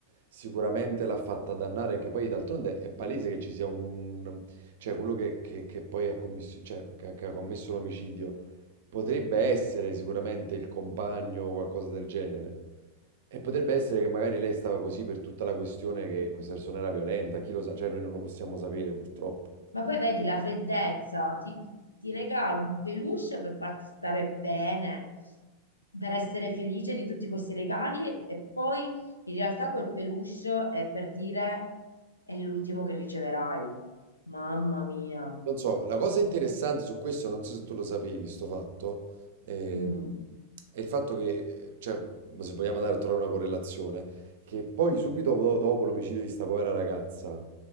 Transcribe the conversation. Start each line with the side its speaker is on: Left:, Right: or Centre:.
Right: sicuramente l'ha fatta dannare, perché poi d'altronde è palese che ci sia un... cioè quello che, che- che poi ha commesso, cioè, che- che ha commesso l'omicidio potrebbe essere sicuramente il compagno o qualcosa del genere. E potrebbe essere che magari lei stava così per tutta la questione che questa persona era violenta, chi lo sa, cioè noi non lo possiamo sapere purtroppo.
Left: Ma poi vedi la freddezza, ti, ti regalo un peluche per farti stare bene, per essere felice di tutti questi regali e poi in realtà quel peluche è per dire è l'ultimo che riceverai. Mamma mia.
Right: Non so, la cosa interessante su questo, non so se tu lo sapevi, sto fatto, eh,
Left: Mm.
Right: è il fatto che, eh, cioè, ma se vogliamo andare a trovare una correlazione, che poi subito do- dopo, l'omicidio di sta povera ragazza,